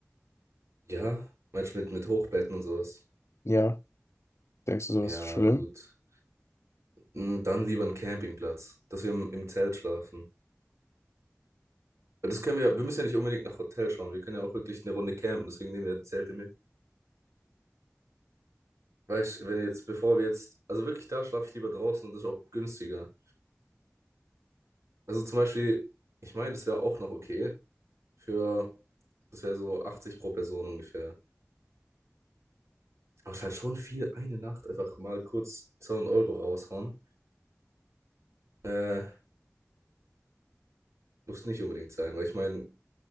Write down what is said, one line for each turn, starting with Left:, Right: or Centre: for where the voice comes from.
Right: Ja, meinst du mit, mit Hochbetten und sowas?
Left: Ja. Denkst du, sowas
Right: Ja,
Left: ist schlimm?
Right: gut. Mm, Dann lieber einen Campingplatz, dass wir im, im Zelt schlafen. Weil Das können wir, ja, wir müssen ja nicht unbedingt nach Hotel schauen. Wir können ja auch wirklich eine Runde campen, deswegen nehmen wir die Zelte mit. Weißt du, wenn jetzt, bevor wir jetzt, also wirklich da schlafe ich lieber draußen und das ist auch günstiger. Also zum Beispiel, ich meine, das wäre auch noch okay für, das wäre so 80 pro Person ungefähr. Aber es ist halt schon viel, eine Nacht einfach mal kurz 200 Euro raushauen. Äh, muss nicht unbedingt sein, weil ich meine,